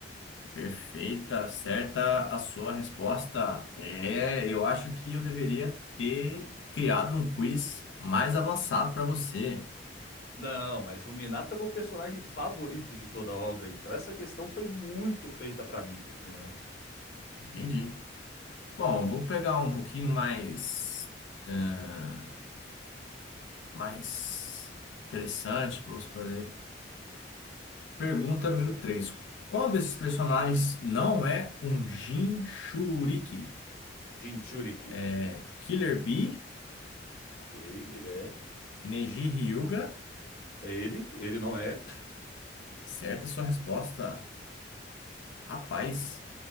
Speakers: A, on the left; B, on the left.
A: Perfeita, certa a sua resposta. É, eu acho que eu deveria ter criado um quiz mais avançado para você.
B: Não, mas o Minato é o meu personagem favorito de toda a obra, então essa questão foi muito feita pra mim, tá entendendo?
A: Entendi. Bom, vou pegar um pouquinho mais, ah, mais interessante para você fazer. Pergunta número 3: Qual desses personagens não é um Jinchuriki?
B: Jinchuriki.
A: É Killer Bee,
B: Ok, ele é.
A: Neji Hyuga?
B: É ele, ele não é.
A: Acerta a sua resposta. Rapaz,